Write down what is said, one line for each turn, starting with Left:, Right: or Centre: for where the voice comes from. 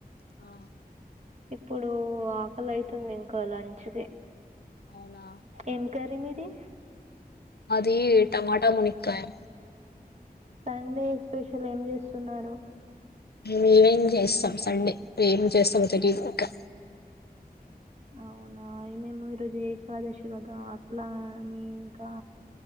Left: ఆ
Right: ఇప్పుడు ఆకలి అతుంది ఇంకా లంచ్కి
Left: అవునా
Right: ఏం కర్రి మీది
Left: మాది టమాటా మునిక్కయా
Right: సండే స్పెషల్ ఏం చేస్తున్నారు
Left: మేం ఏమేం చేస్తాం సండే ఏం చేస్తాం తెలీదు ఇంకా
Right: అవునా మేము ఈరోజు ఏ రాదేశివాదం అట్లా అని ఇంకా